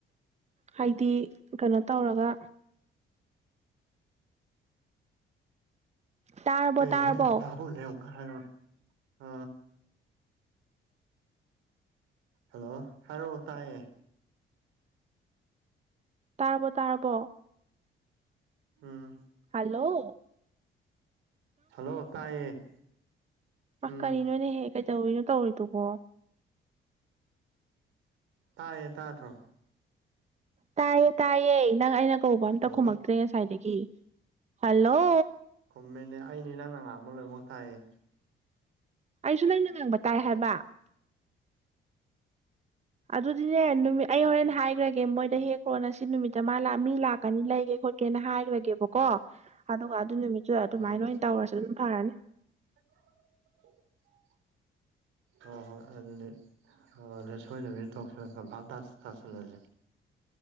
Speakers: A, on the right; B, on the right.
A: ꯍꯥꯏꯗꯤ ꯀꯩꯅꯣ ꯇꯧꯔꯒ ꯇꯥꯔꯕꯣ
B: ꯀꯩ
A: ꯇꯥꯔꯕꯣ
B: ꯍꯥꯏꯅ‌ꯣ ꯇꯍꯧꯗꯔ‌ꯦ ꯑꯃꯨꯛꯀ ꯍꯥꯏꯔꯛ‌ꯑꯣꯅ‌ꯦ ꯑ ꯍꯜꯂꯣ ꯍꯥꯏꯔꯛꯑ‌ꯣ ꯇꯥꯏꯌꯦ
A: ꯇꯥꯔꯕꯣ ꯇꯥꯔꯕꯣ
B: ꯎꯝ
A: ꯍꯜꯂꯣ
B: ꯍꯜꯂꯣ ꯇꯥꯏꯌꯦ
A: ꯃꯥ
B: ꯎꯝ
A: ꯀꯔꯤꯅꯣꯅꯦꯍꯦ ꯀꯩꯗꯧꯔꯤꯅꯣ ꯇꯧꯔꯤꯗꯨꯕꯨ
B: ꯇꯥꯏꯌ‌ꯦ ꯇꯥꯗꯔꯣ
A: ꯇꯥꯏꯌꯦ ꯇꯥꯏꯌꯦ ꯅꯪ ꯑꯩꯅ ꯀꯧꯕ ꯑꯝꯇ
B: ꯍꯜꯂꯣ
A: ꯈꯨꯝꯃꯛꯇ꯭ꯔꯦ ꯉꯁꯥꯏꯗꯒꯤ ꯍꯜꯂꯣ
B: ꯈꯨꯝꯃꯦꯅꯦ ꯑꯩꯅꯦ ꯅꯪꯅ ꯉꯥꯡꯕ ꯂ‌ꯣꯏꯃꯛ ꯇꯥꯏꯌ‌ꯦ
A: ꯑꯩꯁꯨ ꯅꯪꯅ ꯉꯥꯡꯕ ꯇꯥꯏ ꯍꯥꯏꯕ ꯑꯗꯨꯗꯤꯅꯦ ꯅꯨꯃꯤꯠ ꯑꯩ ꯍꯣꯔꯦꯟ ꯍꯥꯏꯈ꯭ꯔꯒꯦ ꯃꯣꯏꯗ ꯍꯦꯛ ꯈꯔꯣꯅ ꯁꯤ ꯅꯨꯃꯤꯠꯇ ꯃꯥ ꯂꯥꯛ ꯃꯤ ꯂꯥꯛꯀꯅꯤ ꯂꯩꯒꯦ ꯈꯣꯠꯀꯦꯅ ꯍꯥꯏꯈ꯭ꯔꯒꯦꯀ‌ꯣ ꯀꯣ ꯑꯗꯨꯒ ꯑꯗꯨ ꯅꯨꯃꯤꯠꯇꯨꯗ ꯑꯗꯨꯃꯥꯏꯅ
B: ꯎꯝ
A: ꯑꯣꯏꯅ ꯇꯧꯔꯁ‌ꯦ ꯑꯗꯨꯅ ꯐꯔꯅꯤ
B: <inaudible> ꯍꯣꯏ ꯍꯣꯏ ꯑꯗꯨꯗꯤ ꯑꯗꯨꯗ ꯁꯣꯏꯗꯕꯤꯗ ꯇꯧꯁꯜꯂ ꯀꯟꯐꯥꯝ ꯇꯥ ꯇꯁꯤꯜꯂꯁꯦ